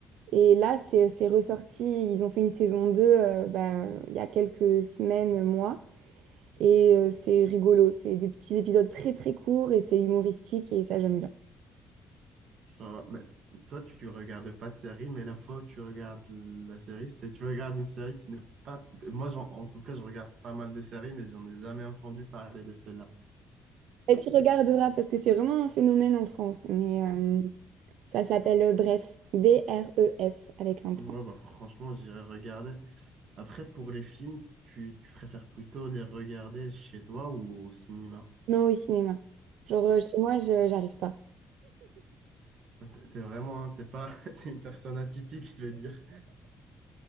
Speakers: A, on the right; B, on the right.
A: Et là, c'est c'est ressorti, ils ont fait une saison 2, euh, ben, il y a quelques semaines, mois, et euh, c'est rigolo, c'est des petits épisodes très très courts et c'est humoristique et ça j'aime bien.
B: Ça, mais toi, tu regardes pas de série, mais la fois où tu regardes la série, c'est tu regardes une série qui n'est pas. Moi, j'en- en tout cas, je regarde pas mal de séries, mais j'en ai jamais entendu parler de celle-là.
A: Et tu regarderas parce que c'est vraiment un phénomène en France, mais euh, ça s'appelle euh, Bref, B-R-E-F avec un point.
B: Ouais, bah, franchement, j'irai regarder. Après, pour les films, tu, tu préfères plutôt les regarder chez toi ou au cinéma
A: Non au cinéma. Genre euh,
B: aussi?
A: chez moi, je j'arrive pas.
B: Ah, T'es t'es vraiment, hein, t'es pas, <laughs> t'es une personne atypique, je vais dire.